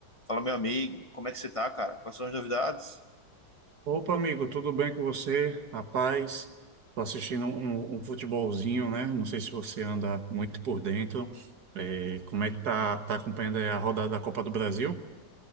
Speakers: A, on the left; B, on the right.
A: Fala, meu amigo, como é que você tá, cara? Quais são as novidades?
B: Opa, amigo, tudo bem com você? Rapaz, tô assistindo um, um futebolzinho, né? Não sei se você anda muito por dentro. É, como é que tá, tá acompanhando aí a rodada da Copa do Brasil?